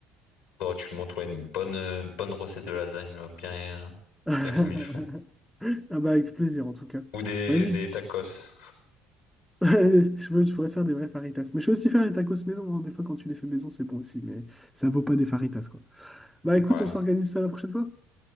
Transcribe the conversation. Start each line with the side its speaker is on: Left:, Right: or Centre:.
Left: Faudrait que tu montes ouais, une bonne, euh, bonne recette de lasagne, là, bien,
Centre: <laughs>
Left: bien comme il faut.
Centre: Ah bah avec plaisir en tout cas.
Left: Ou des,
Centre: Vas-y,
Left: des tacos.
Centre: <laughs> je peux- je pourrais te faire des vrais faritas. Mais je sais aussi faire les tacos maison. hein. Des fois, quand tu les fais maison, c'est bon aussi. Mais ça vaut pas des faritas, quoi. Bah écoute,
Left: Ouais,
Centre: on s'organise ça la prochaine fois.